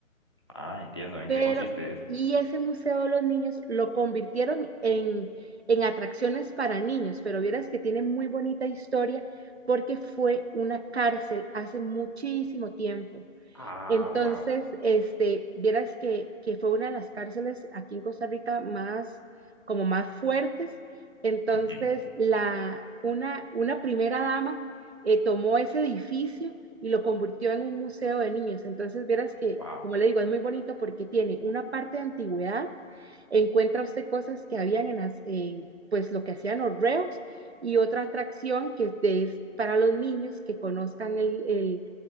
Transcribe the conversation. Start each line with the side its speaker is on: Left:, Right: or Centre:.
Left: Ah, entiendo. ¿En
Right: Pero,
Left: qué consiste ese?
Right: y ese Museo de los Niños lo convirtieron en, en atracciones para niños, pero vieras que tiene muy bonita historia porque fue una cárcel hace muchísimo tiempo.
Left: Ah,
Right: Entonces,
Left: wow,
Right: este, vieras que, que fue una de las cárceles aquí en Costa Rica más, como más fuertes. Entonces,
Left: Ujú.
Right: la, una, una primera dama eh, tomó ese edificio y lo convirtió en un museo de niños. Entonces, vieras que,
Left: wow.
Right: como le digo, es muy bonito porque tiene una parte de antigüedad, encuentra usted cosas que habían en las, eh, pues lo que hacían los reos y otra atracción que es de- es para los niños que conozcan el, el,